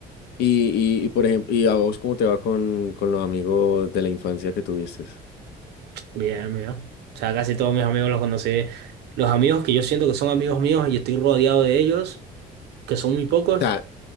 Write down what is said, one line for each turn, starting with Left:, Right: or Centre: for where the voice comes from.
Left: Y, y, y por ejemplo, ¿y a vos cómo te va con, con los amigos de la infancia que tuviste? O
Right: Bien, amigo. O sea, casi todos mis amigos los conocí. Los amigos que yo siento que son amigos míos y estoy rodeado de ellos, que son muy pocos,
Left: sea,